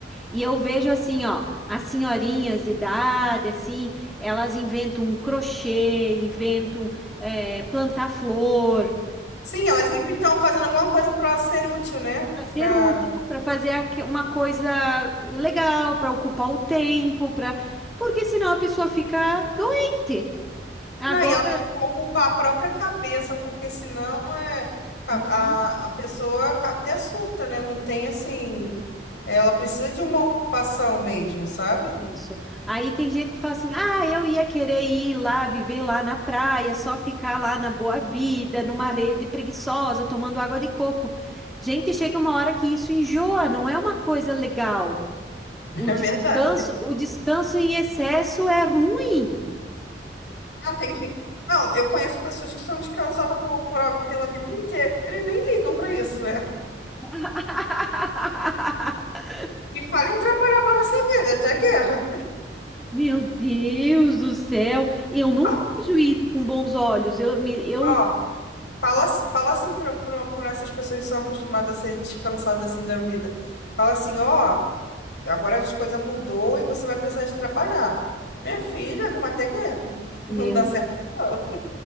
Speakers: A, in the centre; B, on the left (about 75°).
A: E eu vejo assim, ó, as senhorinhas de idade, assim, elas inventam um crochê, inventam eh, plantar flor,
B: Sim, elas sempre estão fazendo alguma coisa para ser útil, né?
A: para ser
B: Pra...
A: útil, para fazer aque- uma coisa legal, para ocupar o tempo, para porque senão a pessoa fica doente. Agora,
B: Não, e ela tem que ocupar a própria cabeça, porque senão é... a,
A: Uhum.
B: a a pessoa acaba- até surta, né? Não tem assim. Ela precisa de uma ocupação mesmo, sabe?
A: Isso.
B: <laughs>
A: Aí tem gente que fala assim: ah, eu ia querer ir lá, viver lá na praia, só ficar lá na boa vida, numa rede preguiçosa, tomando água de coco. Gente, chega uma hora que isso enjoa, não é uma coisa legal. O
B: É
A: descanso,
B: verdade.
A: o descanso em excesso é ruim.
B: Ela tem que- Não, eu conheço pessoas que são descansadas por, por- pela vida inteira e nem ligam para isso, né?
A: <laughs>
B: E falam em trabalhar para você ver, né? até guerra.
A: Meu Deus do céu, eu não
B: <laughs>
A: vejo isso com bons olhos. Eu, me- eu,
B: Ó, Fala, fala assim para essas pessoas que são acostumadas a ser descansadas assim da vida. Fala assim, ó, agora as coisas mudou e você vai precisar de trabalhar. Minha filha, arruma até guerra. <laughs> Não
A: meu,
B: dá certo, não.